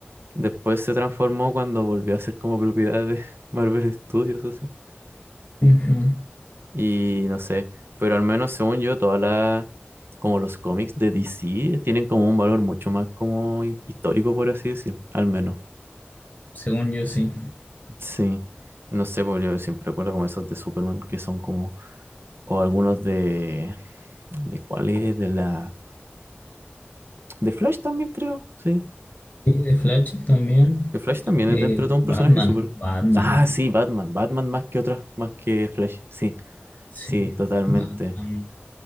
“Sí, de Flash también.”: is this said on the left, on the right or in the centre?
Left